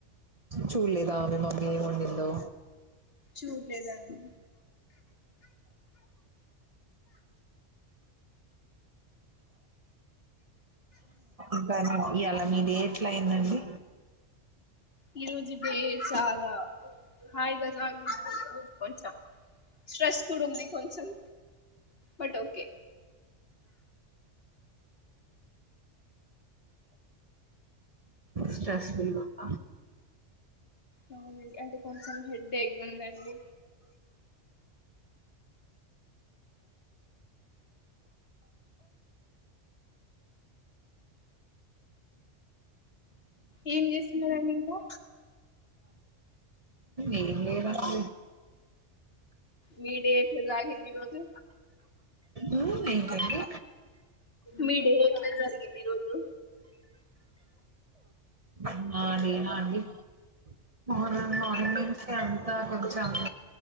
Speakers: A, on the right; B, on the left.
A: చూళ్ళేదు గా మీ మమ్మీ ఏం వండిందో
B: చూడలేదండి
A: ఇంకా ఇయాల మీది ఎట్లా అయిందండి
B: ఈరోజు డే చాలా హాయిగా సాగింది కొంచెం స్ట్రెస్ కుడుంది కొంచెం బట్ ఓకే
A: స్ట్రెస్ ఫ్రీ గుంద
B: అవునండి అంటే కొంచెం హెడేక్ ఉందండి ఏం చేస్తున్నారండి ఇంకా
A: ఏం లేదండి
B: మీ డే ఎట్ల సాగింది ఈరోజు
A: ఉమ్ ఏంటండి
B: మీ డే ఎట్ల జరిగింది ఈరోజు
A: అన్నా డీ నా అండి <unintelligible> మార్నింగ్స్ <inaudible> తా కొంచెం